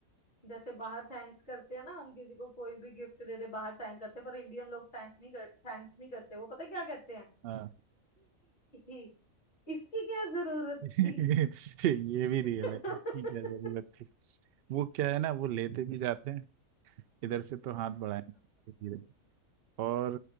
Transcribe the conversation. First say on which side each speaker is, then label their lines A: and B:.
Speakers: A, on the left; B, on the right.
A: जैसे बाहर थैंक्स करते हैं ना हम किसी को कोई भी गिफ्ट दे दे बाहर थैंक करते हैं पर इंडियन लोग थैंक नहीं कर थैंक्स नहीं करते वो पता है क्या कहते हैं
B: हाँ
A: <laughs> इसकी क्या जरूरत
B: <laughs>
A: थी
B: ये भी रियल
A: <laughs>
B: है इसकी क्या जरूरत थी वो क्या है ना वो लेते भी जाते हैं इधर से तो हाथ बढ़ाएंगे धीरे और